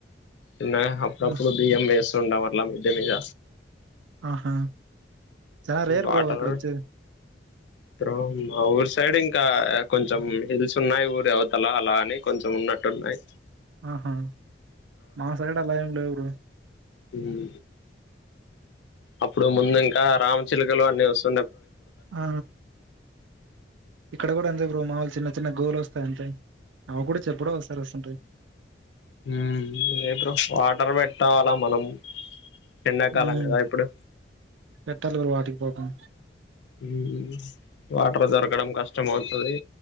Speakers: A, on the left; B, on the right.
A: చిన్నగా అప్పుడప్పుడు
B: ఆ,
A: బియంవేస్ <unintelligible> అట్ల మిద్ది మీద
B: ఆహా చాలా రేర్
A: వాటర్
B: బ్రో ఇక్కడ వచ్చి
A: బ్రో మా ఊరు సైడ్ ఇంకా కొంచెం హిల్స్ ఉన్నాయి ఊరు అవతల అలా అని కొంచెం ఉన్నట్టు ఉన్నాయి
B: ఆహా మా సైడ్ అలా ఏం లేవు బ్రో
A: హ్మ్ అప్పుడు ముందు ఇంకా రామచిలకలు అన్నీ వస్
B: ఆ ఇక్కడ కూడా అంతే బ్రో మా వాళ్లు చిన్న చిన్న గోలు వస్తాయింతే ఆవు కూడా చెప్పుడో ఒకసారి వస్తుంటది
A: మ్.. లీటర్ ఆఫ్ వాటర్ పెట్టలా మనం ఎండాకాలం
B: మ్...
A: కదా ఇప్పుడు
B: పెట్టాలి బ్రో వాటికి పాపం
A: మ్.... వాటర్ దొరకడం కష్టం అవుతుది